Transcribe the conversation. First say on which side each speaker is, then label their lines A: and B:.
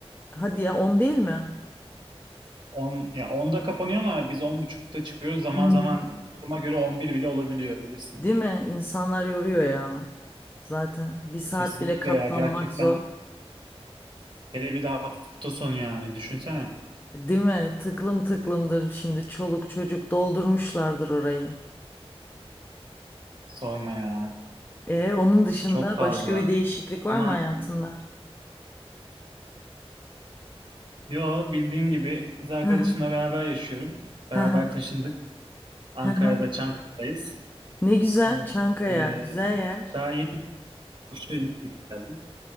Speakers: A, on the left; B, on the right.
A: Hadi ya 10 değil mi?
B: On ya onda kapanıyor ama biz on buçukta çıkıyoruz. Zaman
A: Hı hı.
B: zaman duruma göre 11 bile olabiliyor bilirsin.
A: Değil mi? İnsanlar yoruyor ya. Zaten bir saat
B: Kesinlikle
A: bile katlanmak
B: ya gerçekten.
A: zor.
B: Hele bir de hafta sonu yani düşünsene.
A: Değil mi? Tıklım tıklımdır şimdi çoluk çocuk doldurmuşlardır orayı.
B: Sorma ya.
A: E onun dışında
B: Çok fazla.
A: başka bir değişiklik var
B: Ama
A: mı hayatında?
B: yo bildiğin gibi kız arkadaşımla
A: Hı hı,
B: beraber yaşıyorum. Beraber
A: hı hı,
B: taşındık. Ankara'da
A: hı hı.
B: Çankaya'dayız.
A: Ne güzel
B: Ee,
A: Çankaya
B: e,
A: güzel yer.
B: daha Kuşa gittik geldik.